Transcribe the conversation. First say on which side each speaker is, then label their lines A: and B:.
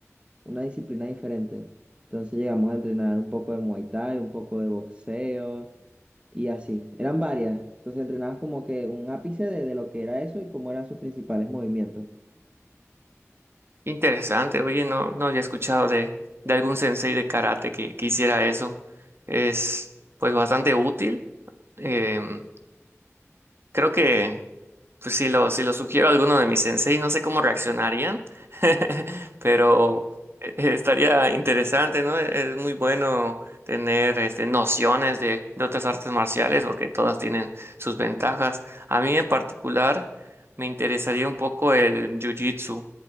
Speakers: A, on the right; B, on the right.
A: una disciplina diferente. Entonces llegamos a entrenar un poco de Muay Thai, un poco de boxeo y así. Eran varias. Entonces entrenabas como que un ápice de, de lo que era eso y cómo eran sus principales movimientos.
B: Interesante, oye, no, no había escuchado de, de algún sensei de karate que, que hiciera eso. Es pues bastante útil. Em, creo que pues si lo, si lo sugiero a alguno de mis senseis, no sé cómo reaccionarían, <laughs> pero eh, estaría interesante, ¿no? Es es muy bueno tener este, nociones de, de otras artes marciales porque todas tienen sus ventajas. A mí en particular me interesaría un poco el jiu-jitsu.